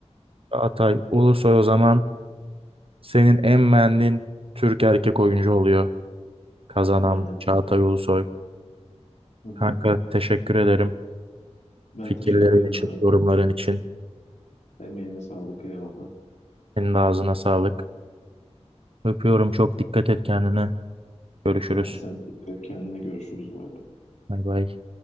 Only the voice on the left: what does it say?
Aynen.
Hı hı.
Ben
teşekkür ederim
kanka.
Emeğine sağlık eyvallah.
Hadi sen dikkat et kendine görüşürüz bay bay.